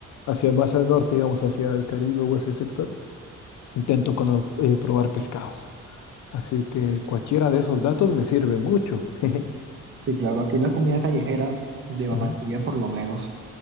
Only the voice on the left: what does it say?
hacia más al norte, digamos, hacia el Caribe o ese sector, intento cono- eh, probar pescados. Así que cualquiera de esos datos me sirve mucho. <laughs>
Ujú,